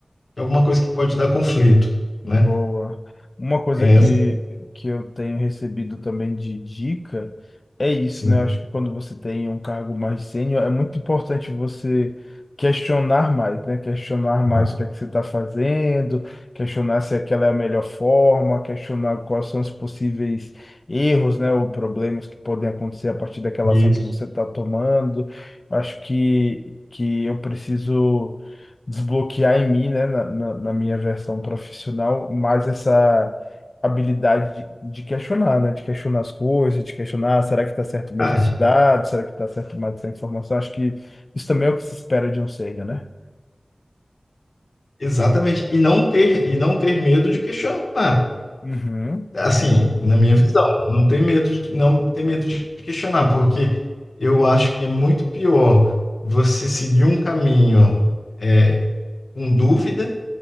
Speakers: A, on the left; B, on the left.
A: é alguma coisa que pode dar conflito,
B: Boa.
A: né?
B: Uma coisa
A: É,
B: que, que eu tenho recebido também de dica é isso,
A: sim,
B: né? Eu acho que quando você tem um cargo mais sênior, é muito importante você questionar mais, né? Questionar mais
A: tá.
B: o que é que você está fazendo, questionar se aquela é a melhor forma, questionar quais são os possíveis erros, né? Ou problemas que podem acontecer a partir daquela
A: isso.
B: ação que você está tomando. Eu Acho que, que eu preciso desbloquear em mim, né, na, na, na minha versão profissional, mais essa habilidade de, de questionar, né, de questionar as coisas, de questionar, "Ah, será que está certo mesmo
A: Ah,
B: esse dado? Será que está certo mais essa informação? Acho que isso também é o que se espera de um sênior, né?
A: exatamente. E não ter, e não ter medo de questionar.
B: Uhum,
A: Assim, na minha visão, não ter medo de, não ter medo de questionar, porque eu acho que é muito pior você seguir um caminho, é, com dúvida